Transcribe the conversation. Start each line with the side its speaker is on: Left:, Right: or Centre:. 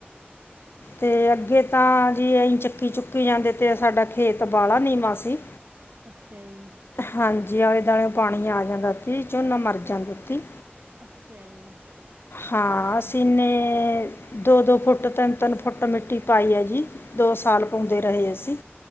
Left: ਤੇ ਅੱਗੇ ਤਾਂ ਜੀ ਐਈ ਚੱਕੀ -ਚੁੱਕੀ ਜਾਂਦੇ ਤੇ ਸਾਡਾ ਖੇਤ ਵਾਲਾ ਨੀਵਾਂ ਸੀ।
Right: ਅੱਛਿਆ ਜੀ।
Left: ਹਾਂਜੀ ਆਲੇ ਦੁਆਲੇ ਓ ਪਾਣੀ ਆ ਜਾਂਦਾ ਤੀ ਝੋਨਾ ਮਰ ਜਾਂਦਾ ਤੀ
Right: ਅੱਛਿਆ ਜੀ
Left: ਹਾਂ ਅਸੀਂ ਨੇ ਦੋ- ਦੋ ਫੁੱਟ ਤ ਤਿੰਨ ਫੁੱਟ ਮਿੱਟੀ ਪਾਈ ਐ ਜੀ ਦੋ ਸਾਲ
Right: ਅਸ
Left: ਪਾਉਂਦੇ ਰਹੇ ਅਸੀਂ